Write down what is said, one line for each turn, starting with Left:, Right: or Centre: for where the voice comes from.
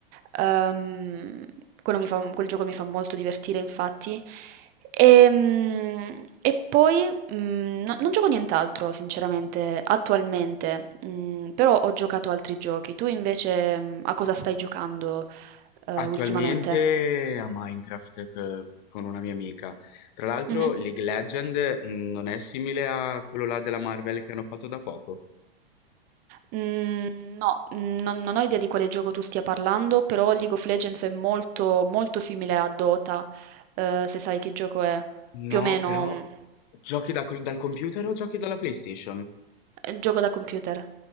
Right: Ehm, quello mi fa quel gioco mi fa molto divertire infatti. Ehm, e poi, mhmm, no non gioco nient'altro sinceramente, attualmente, mhmm, però ho giocato altri giochi. Tu invece, mhmm, a cosa stai giocando, ehm,
Left: Attualmente
Right: ultimamente?
Left: a Minecraft che- con una mia amica. Tra l'altro,
Right: Mh-mh.
Left: League Legend mm, non è simile a quello là della Marvel che hanno fatto da poco.
Right: Mhmm, no, mhmm, non non ho idea di quale gioco tu stia parlando, però League of Legends è molto, molto simile a Dota, ehm, se sai che gioco è. Più
Left: No,
Right: o meno,
Left: però
Right: mhmm,
Left: giochi da col- dal computer o giochi dalla PlayStation?
Right: è un gioco da computer.